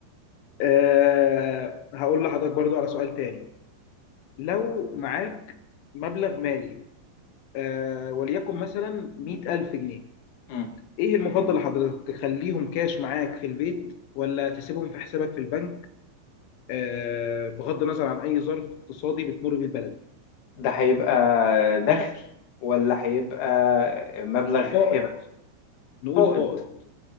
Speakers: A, on the left (about 80°); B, on the left (about 60°).
A: آه هقول لحضرتك برضو على سؤال تاني لو معاك مبلغ مالي آه، وليكن مثلا 100000 جنيه
B: <laughs>
A: ايه المفضل لحضرتك تخليهم كاش معاك في البيت ولا تسيبهم في حسابك في البنك آه، بغض النظر عن اي ظرف اقتصادي بتمر بيه البلد
B: ده هيبقى دخل ولا هيبقى مبلغ
A: فائض
B: هبة
A: نقول
B: فائض
A: فائض